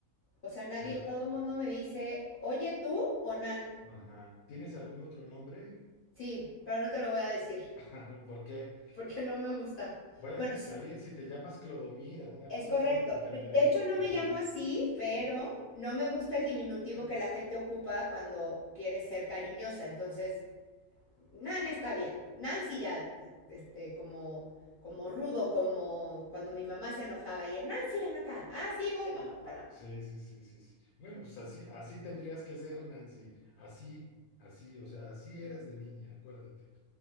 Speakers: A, on the left; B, on the left.
A: o sea, nadie,
B: Pero,
A: todo el mundo me dice, oye tú o Nan.
B: ajá. ¿Tienes algún otro nombre?
A: Sí, pero no te lo voy a decir
B: <laughs> ¿Por qué?
A: porque no me gusta.
B: Bueno,
A: Bueno,
B: está
A: sí,
B: bien, si te llamas Clodomira, una
A: es
B: cosa
A: correcto.
B: así, lo entenderé.
A: De hecho, no me
B: <laughs>
A: llamo así, pero no me gusta el diminutivo que la gente ocupa cuando quiere ser cariñosa. Entonces, Nan está bien. Nancy ya, este, como como rudo, como cuando mi mamá se enojaba y Nancy, ven acá. Ah, sí, voy, mamá, espérame.
B: Sí, sí, sí, sí, sí. Bueno, pues así, así tendrías que ser, Nancy. Así, así, o sea, así eras de niña, acuérdate.